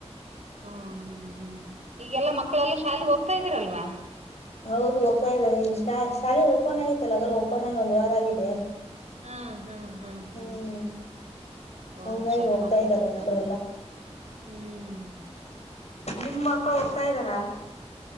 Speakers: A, on the right (about 75°); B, on the left (about 70°).
A: ಹ ಹ್ಮ್ ಹ್ಮ್ ಹ್ಮ್ ಈಗೆಲ್ಲಾ ಮ ಮಕ್ಕಳೆಲ್ಲ ಶಾಲೆಗೆಗ್ ಹೋಗ್ತಾ ಇದ್ದಾರಲ್ವಾ
B: ಹೌದು ಹೋಗ್ತಾ ಇದಾರೆ ಇಾ ಶಾಲೆ ಓಪನ್ ಆಗಿತ್ತಲ್ಲಗಲ ಓಪನ್ ಆಗಿ ಒಂದ್ ವಾರ ಆಗಿದೆ
A: ಹಾ ಹಾ ಹಾ ಹಾ
B: ಹ್ಮ್
A: ಹಾ
B: ಹಂಗಾಗಿ
A: ಶಾಯದ
B: ಹೋಗ್ತಾ
A: ಬಂಂಡಗ
B: ಇದ್ದಾರೆ ಹುಡುಗರೆಲ್ಲ
A: ಹ್ಮ್
B: ನಿಮ್ ಮಕ್ಕಳ ಹೋಗ್ತಾ ಇದ್ದಾರಾ